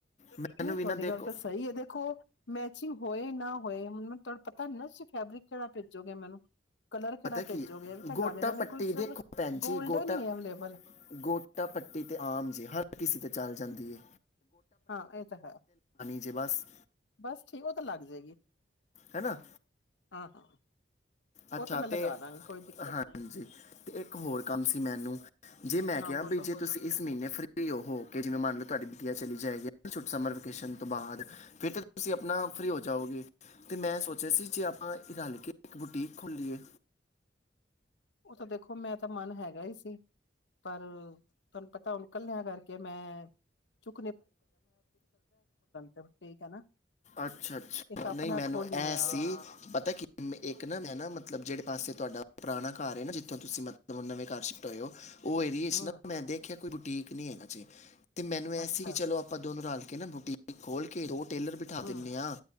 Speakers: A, on the left; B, on the left.
A: ਨਹੀਂ
B: ਮੈਨੂੰ ਵੀ
A: ਤੁਹਾਡੀ
B: ਨਾ ਦੇਖੋ
A: ਗੱਲ ਤਾਂ ਸਹੀ ਹੈ ਦੇਖੋ ਮੈਚੀ ਹੋਏ ਨਾ ਹੋਏ ਹੁਣ ਮੈਨੂੰ ਤੋੜਾ ਪਤਾ ਨਾ ਤੁਸੀਂ ਫੈਬਰਿਕ ਕਿਹੜਾ ਪੇਜੋਗੇ ਮੈਨੂੰ? ਕਲਰ ਕਿਹੜਾ
B: ਪਤਾ ਕੀ
A: ਭੇਜੋਗੇ
B: ਹੈ,
A: ਇਹ ਵੀ ਤਾਂ
B: ਗੋਟਾ
A: ਗੱਲ ਹੈ ਨਾ ਮੇਰੇ
B: ਪੱਟੀ
A: ਕੋਲ ਸਿਰਫ
B: ਦੇਖੋ ਭੈਣ ਜੀ
A: ਗੋਲਡਨ
B: ਗੋਟਾ,
A: ਹੀ ਹੈ ਅਵੇਲੇਬਲ
B: ਗੋਟਾ ਪੱਟੀ ਤੇ ਆਮ ਜੇ ਹਰ ਕਿਸੇ ਤੇ ਚੱਲ ਜਾਂਦੀ ਏ।
A: ਹਾਂ, ਇਹ ਤਾਂ ਹੈ,
B: ਜੇ ਬਸ
A: ਬਸ ਠੀਕ ਉਹ ਤਾਂ ਲੱਗ ਜਯੇਗੀ।
B: ਹੈਨਾ
A: ਹਾ- ਹਾਂ।
B: ਅੱਛਾ
A: ਉਹ ਤਾਂ ਮੈਂ
B: ਤੇ,
A: ਲਗਾ ਦਾਂਗੀ ਕੋਈ ਦਿੱਕਤ
B: ਹਾਂਜੀ
A: ਨੀ
B: ਤੇ ਇੱਕ ਹੋਰ ਕੰਮ ਸੀ ਮੈਨੂੰ ਜੇ ਮੈਂ ਕਿਹਾ
A: ਹਾਂ ਬੋਲੋ।
B: ਵੀ ਜੇ ਤੁਸੀਂ ਇਸ ਮਹੀਨੇ ਫਰੀ ਹੋ ਹੋ ਕੇ ਜਿਵੇਂ ਮੰਨ ਲਓ ਤੁਹਾਡੀ ਬੁਟੀਆਂ ਚਲੀ ਜਾਏਗੀ ਹੇਨਾ ਛੋਟ ਸਮਰ ਵੇਕੇਸ਼ਨ ਤੋਂ ਬਾਅਦ ਫਿਰ ਤਾਂ ਤੁਸੀਂ ਆਪਣਾ ਫਰੀ ਹੋ ਜਾਓਗੇ, ਤੇ ਮੈਂ ਸੋਚਿਆ ਸੀ ਜੇ ਆਪਾਂ ਇਹ ਰਲ ਕੇ ਇੱਕ ਬੁਟੀ ਖੋਲੀਏ।
A: ਉਹ ਤਾਂ ਦੇਖੋ ਮੈਂ ਤਾਂ ਮਨ ਹੈਗਾ ਹੀ ਸੀ। ਪਰ ਤੁਹਾਨੂੰ ਪਤਾ ਹੁਣ ਕੱਲਿਆਂ ਕਰਕੇ ਮੈਂ ਚੁ ਤੇ ਠੀਕ ਹੈ ਨਾ
B: ਅੱਛਾ-ਅੱਛਾ
A: ਇੱਕ ਆਪਣਾ
B: ਨਹੀਂ ਮੈਨੂੰ
A: ਖੋਲੀ
B: ਇਹ
A: ਹਾਂ
B: ਸੀ ਪਤਾ ਕੀ ਇੱਕ ਨਾ ਮੈਂ ਨਾ ਮਤਲਬ ਜਿਹੜੇ ਪਾਸੇ ਤੁਹਾਡਾ ਪੁਰਾਣਾ ਘਰ ਹੈ ਨਾ ਜਿੱਥੋਂ ਤੁਸੀਂ ਮਤਲਬ ਨਵੇਂ ਘਰ ਸ਼ਿਫਟ ਹੋਏ ਓ ਔਹ ਏਰੀਯੇ ਚ
A: ਹੂੰ
B: ਮੈਂ ਦੇਖਿਆ ਕੋਈ ਬੂ ਠੀਕ ਨੀੰ ਹੈਗਾ ਜੇ। ਤੇ ਮੈਨੂੰ ਐ
A: ਅੱਛਾ
B: ਸੀ ਦੋਨੋ ਰਲ ਕੇ ਨਾ ਬੂਟੀਕ ਖੋਲ ਕੇ ਰੋਟ ਟੇਲਰ ਬਿਠਾ
A: ਹੂੰ
B: ਦਿਨੇ ਹਾਂ,